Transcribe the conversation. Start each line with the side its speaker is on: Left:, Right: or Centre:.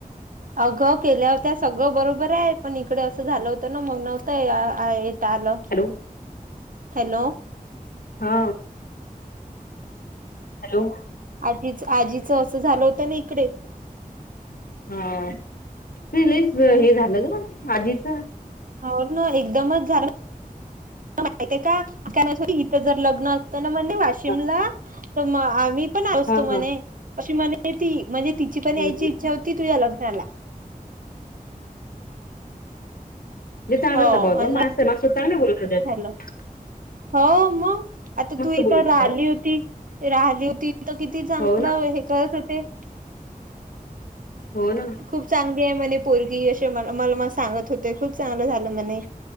Right: अगं केल्या होत्या सगळं बरोबर आय पण इकडे असं झालं होतं ना मग नव्हतं अ येत आलं.
Left: हॅलो
Right: हॅलो,
Left: हा हॅलो
Right: आजीच आजीच असं झालं होतं ना इकडे,
Left: हा त लस
Right: हम्म
Left: हे झालं ग आजीच
Right: हो ना एकदमच झालं माहिते का इथं जर लग्न तन म्हणे वाशिमला
Left: हा
Right: त मं आ मी पण आसतो
Left: हा हा.
Right: म्हणे, अशी म्हणे ती म्हजे तिची पण
Left: हम्म.
Right: यायची इच्छा होती तुह्या लग्नाला
Left: जितांगड
Right: हो
Left: स बवो मासे मा सतांंगणे बरत
Right: झालं
Left: <unintelligible>
Right: हो मग आता तू
Left: बोलत
Right: इथं
Left: होत्या
Right: राहली
Left: हो
Right: होती- ती राहली होती त किती चांगलं
Left: हो ना
Right: हे करत होते?
Left: हो ना
Right: खूप चांगली आहे म्हणे पोरगी ते मला मला मं सांगत होते खुप चांगल झालं म्हणे,